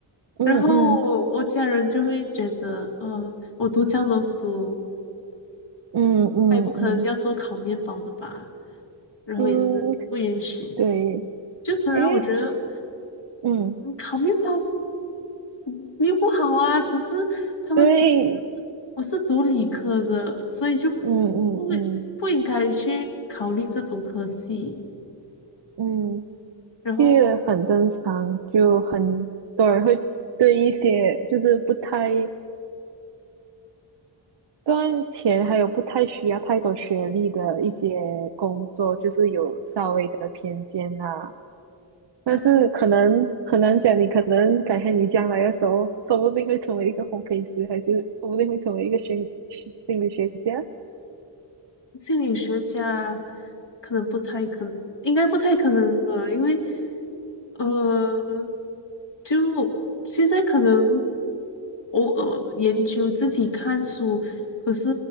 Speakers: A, on the right; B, on the left.
A: 嗯嗯
B: 然后我家人就会觉得，呃，我读这样的书，
A: 嗯嗯
B: 他也不可能要做烤面包的吧？然后也是不允许。
A: 嗯。对，
B: 就虽然我觉得，
A: 因为嗯，
B: 嗯烤面包嗯没有不好啊，只是他们觉得
A: 对，
B: 我是读理科的，所以就
A: 嗯嗯嗯
B: 不不应该去考虑这种科系。
A: 嗯，
B: 然后，
A: 这个很正常，就很多人会对一些就是不太赚钱，还有不太需要太多学历的一些工作，就是有稍微的偏见啦。但是可能很难讲，
B: 嗯，
A: 你可能改天你将来的时候，说不定会成为一个烘焙师，还是说不定会成为一个心心心理学家。
B: 心理学家可能不太可能，应该不太可能吧，因为呃，就现在可能偶尔研究自己看书，可是